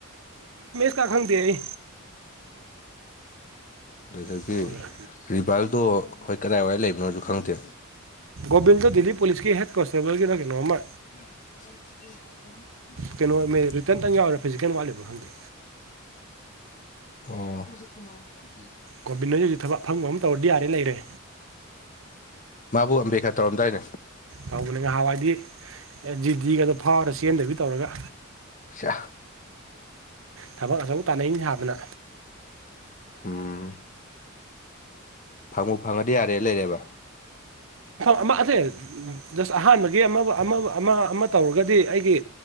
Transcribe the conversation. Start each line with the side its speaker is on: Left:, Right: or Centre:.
Right: ꯀ ꯀꯥ ꯈꯪꯗꯦ ꯑꯩ
Left: ꯑꯗꯨꯗꯒꯤ
Right: ꯇꯧꯔꯒ
Left: ꯔꯤꯚꯜꯗꯣ ꯍꯣꯏ ꯀꯗꯥꯏꯋꯥꯏ ꯂꯩꯕꯅꯣꯁꯨ ꯈꯪꯗꯦ
Right: ꯣꯕꯤꯗ ꯗꯗꯤꯜꯂꯤꯤ ꯄꯂꯤꯁꯀꯤ ꯍꯦꯠ ꯀꯁꯦꯕ ꯀ ꯂ ꯀꯩꯅꯣ ꯑꯃꯥ
Left: <inaudible>
Right: ꯀꯩꯅꯣ ꯃꯦ- ꯔꯤꯇꯟꯇꯪ ꯌꯥꯎꯔꯦ ꯐꯤꯖꯤꯀꯦꯜ ꯋꯥꯠꯂꯤꯕ꯭ꯔꯥ ꯈꯪꯗꯦ
Left: ꯑ
Right: ꯒꯣꯔꯃꯦꯟꯅꯁꯨ ꯍꯧꯖꯤꯛ ꯊꯕꯛ ꯐꯪꯕ ꯑꯃ ꯇꯧꯔꯗꯤ ꯌꯥꯔꯦ ꯂꯩꯔꯦ
Left: ꯃꯥꯕꯨ ꯑꯝꯕꯦꯀꯥꯔ ꯇꯧꯔꯝꯗꯥꯏꯅꯦ
Right: ꯇꯧꯕꯅꯦ ꯉꯍꯥꯟꯋꯥꯏꯗꯤ ꯖꯤ ꯗꯤꯒꯗꯣ ꯐꯥꯎꯔ ꯆꯦꯟꯗꯕꯤ ꯇꯧꯔꯒ
Left: ꯁ
Right: ꯊꯕꯛ ꯑꯆꯧꯕ ꯇꯥꯅꯩ ꯁꯥꯗꯅ
Left: ꯎꯝ ꯐꯪꯉꯨ ꯐꯪꯉꯗꯤ ꯌꯥꯔꯦ ꯂꯩꯔꯦꯕ
Right: ꯑꯃ ꯑꯁꯦ ꯖꯁ ꯑꯍꯥꯟꯕꯒꯤ ꯑꯃ ꯑꯃ ꯑꯃ ꯑꯃ ꯇꯧꯔꯒꯗꯤ ꯑꯩꯒꯤ